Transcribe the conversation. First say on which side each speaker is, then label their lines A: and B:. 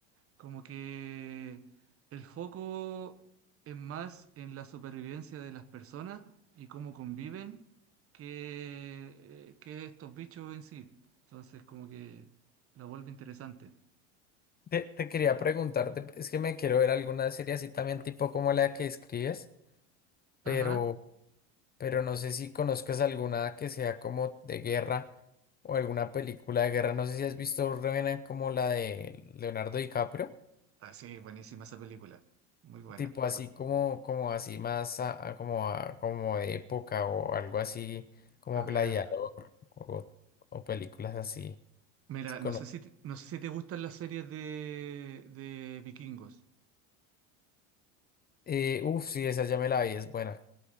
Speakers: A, on the right (about 40°); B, on the left (about 25°).
A: como que el foco es más en la supervivencia de las personas y cómo conviven que, eh, que estos bichos en sí. Entonces, como que lo vuelve interesante.
B: Te, te quería preguntarte, es que me quiero ver alguna serie así también tipo como la que escribes, pero...
A: Ajá.
B: pero no sé si conozcas alguna que sea como de guerra o alguna película de guerra. No sé si has visto Revenant como la de Leonardo DiCaprio,
A: Ah, sí, buenísima esa película. Muy buena.
B: tipo así como, como así más a- a- como, a- como de época o algo así como
A: A ver.
B: Gladiador o, o películas así.
A: Mira,
B: Sí cono-
A: no sé si, te- no sé si te gustan las series de, de vikingos.
B: Eh, uf, sí, esa ya me la vi, es buena.